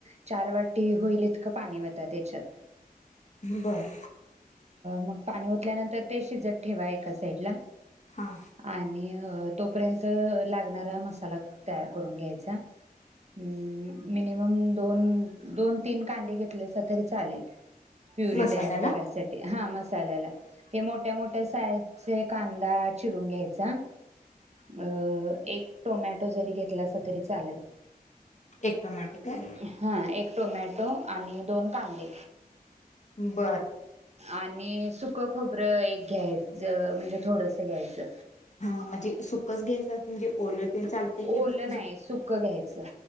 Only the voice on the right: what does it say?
चार वाटी होईल इतकं पाणी वता तेच्यात
मग पाणी ओतल्यानंतर ते शिजत ठेवा एका साईडला
आणि अ तोपर्यंत त ला गणारा मसाला तयार करून घ्यायचा अम्म मिनिमम दोन दोन तीन कांदे घेतलेस सा तरी चालेल प्युरी
तयार करायसाठी हा मसाल्याला ते मोट त्या मोठ्या सायेत कसंय कांदाच चिरून घ्यायचा. अ अ अ अ एक टोमॅटो जरी घेतलासा तरी चालल.
हा एक टोमॅटो आणि दोन कांदे
आणि सुक खोबरं एक घ्यायच म्हणजे थोडस घ्यायचं
ओलं
नाही सुक घ्यायचं